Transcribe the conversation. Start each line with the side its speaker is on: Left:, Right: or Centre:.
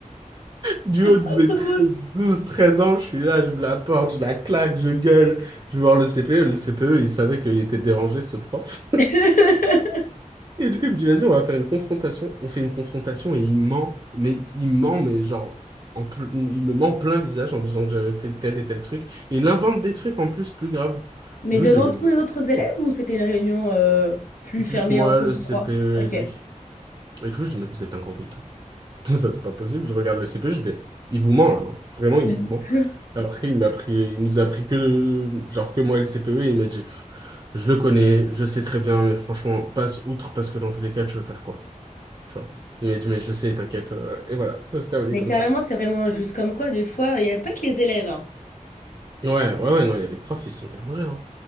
Right: Du haut de
Left: Ah,
Right: mes
Left: trop drôle.
Right: douze treize ans, je suis là, je me la porte, je la claque, je gueule. Je vais voir le CPE. Le CPE, il savait qu'il était dérangé, ce prof.
Left: <laughs>
Right: Et du coup, il me dit, vas-y, on va faire une confrontation. On fait une confrontation et il ment. Mais il ment, mais genre, en ple- il me ment en plein visage en disant que j'avais fait tel et tel truc. Et il invente des trucs en plus plus graves.
Left: Mais
Right: Du
Left: devant
Right: coup, Je lui dis, mais
Left: tous
Right: vous
Left: les
Right: êtes
Left: autres élèves
Right: fous. hein.
Left: ou c'était une réunion euh, plus
Right: Juste
Left: fermée
Right: moi,
Left: entre
Right: le
Left: vous
Right: CPE
Left: trois? Ok.
Right: et lui. Et du coup, je dis, mais vous êtes un gros mytho. <laughs> Ça, c'est pas possible. Je regarde le CP, je vais. Il vous ment, là. hein. Vraiment, il
Left: <laughs>
Right: vous ment. Après, il m'a pris, il nous a pris que le, genre que moi et le CPE, et il m'a dit, Pff, je le connais, je sais très bien, mais franchement, passe outre parce que dans tous les cas, tu veux faire quoi? Tu vois. Il m'a dit, mais je sais, t'inquiète. euh, Et voilà, ça s'est terminé
Left: Mais
Right: comme
Left: carrément,
Right: ça.
Left: c'est vraiment injuste. Comme quoi, des fois, il n'y a pas que les élèves, hein.
Right: Ouais, ouais, ouais, non, il y a des profs, ils sont dérangés, hein.